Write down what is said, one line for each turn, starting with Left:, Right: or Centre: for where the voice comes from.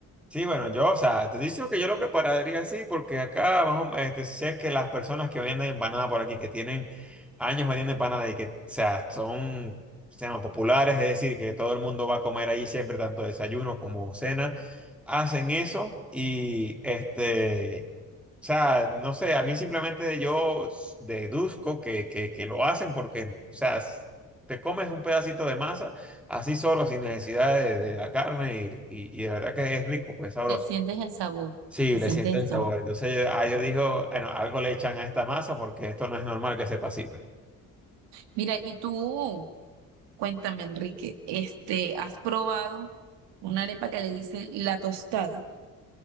Centre: Sí, bueno, yo, o sea, te digo que yo lo prepararía así porque acá vamos, este, sé que las personas que venden empanada por aquí, que tienen años vendiendo empanada y que, o sea, son, se llama, populares, es decir, que todo el mundo va a comer ahí siempre, tanto desayuno como cena, hacen eso y, este, o sea, no sé, a mí simplemente yo s- deduzco que, que, que lo hacen porque, o sea, s- te comes un pedacito de masa así solo, sin necesidad de, de la carne y, y, y de verdad que es rico, pues sabroso.
Right: Le sientes el sabor,
Centre: Sí,
Right: le
Centre: le
Right: sientes
Centre: sienten
Right: el
Centre: el
Right: sabor.
Centre: sabor. Entonces yo, ah, yo digo, bueno, algo le echan a esta masa porque esto no es normal que sepa así, pues.
Right: Mira, y tú, cuéntame, Enrique, este, ¿has probado una arepa que le dicen la tostada?